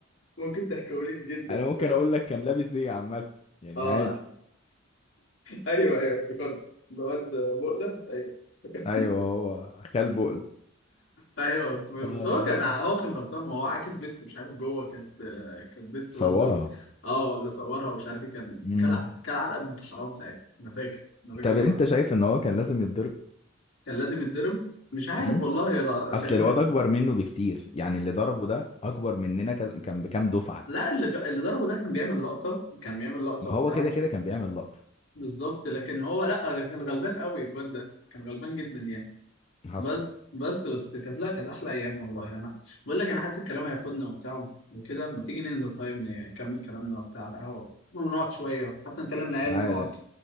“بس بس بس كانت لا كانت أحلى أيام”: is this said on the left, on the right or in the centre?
Left